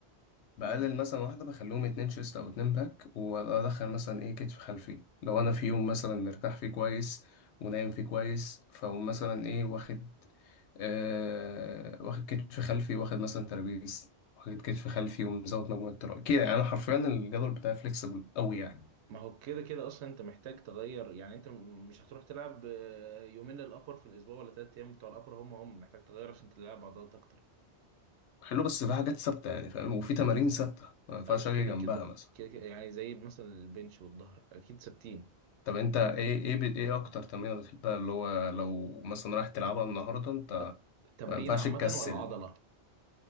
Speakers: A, on the left; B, on the right.
A: بقلل
B: امم
A: مثلا واحدة بخليهم اتنين شيست أو اتنين باك وأدخل مثلا إيه كتف خلفي لو أنا في يوم مثلا مرتاح فيه كويس ونايم فيه كويس فأقوم مثلا إيه واخد آه واخد كتف خلفي واخد مثلا ترابيز واخد كتف خلفي ومزود مجموعة تراي كده يعني أنا حرفيا الجدول بتاعي فليكسبل أوي يعني
B: ما هو كده كده اصلا انت محتاج تغير يعني انت م- مش هتروح تلعب آه، يومين للابر في الاسبوع ولا ثلاث ايام بتوع الابر هم هم محتاج تغير عشان تلعب عضلات اكتر
A: حلو بس في حاجات ثابتة يعني فاهم وفي تمارين ثابتة ما ينفعش
B: ايوه كده
A: أجي جنبها
B: كده
A: مثلا
B: كده كده يعني زي مثلا البنش والظهر اكيد ثابتين
A: طب أنت إيه إيه ب- إيه أكتر تمرينة بتحبها اللي هو لو مثلا رايح تلعبها النهاردة أنت
B: أك- تمرين
A: ما ينفعش
B: عامه
A: تكسل
B: ولا عضله